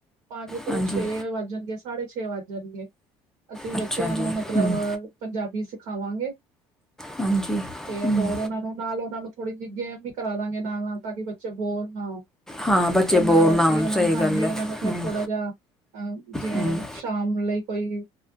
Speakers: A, on the right; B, in the centre.
A: ਪੰਜ ਤੋਂ
B: ਹਾਂਜੀ
A: ਛੇ ਵੱਜ ਜਾਣਗੇ ਸਾਢੇ ਛੇ ਵੱਜ ਜਾਣਗੇ। ਅਸੀਂ
B: ਅੱਛਾ
A: ਬੱਚਿਆਂ
B: ਜੀ
A: ਨੂੰ ਮਤਲਬ
B: ਹਮ,
A: ਪੰਜਾਬੀ ਸਿਖਾਵਾਂਗੇ।
B: ਹਾਂਜੀ
A: ਫੇਰ
B: ਹਮ,
A: ਹੋਰ ਉਹਨਾ ਨੂੰ ਨਾਲ ਉਹਨਾਂ ਨੂੰ ਥੋੜ੍ਹੀ ਜਿਹੀ ਗੇਮ ਵੀ ਕਰਾ ਦਾਂਗੇ ਨਾਲ ਨਾਲ ਤਾਂ ਕਿ ਬੱਚੇ ਬੋਰ ਨਾ ਹੋ
B: ਹਾਂ ਬੱਚੇ
A: ਤੇ ਨਾਲ
B: ਬੋਰ ਨਾ
A: ਅਸੀਂ
B: ਹੋਣ
A: ਓਨਾਂ
B: ਸਹੀ
A: ਨੂੰ ਹਾਂਜੀ
B: ਗੱਲ ਹੈ
A: ਓਨਾਂ ਨੂੰ ਫੇਰ
B: ਹਮ,
A: ਥੋੜਾ ਜਿਹਾ ਅਹ ਜਿਵੇਂ
B: ਹਮ,
A: ਸ਼ਾਮ ਲਈ ਕੋਈ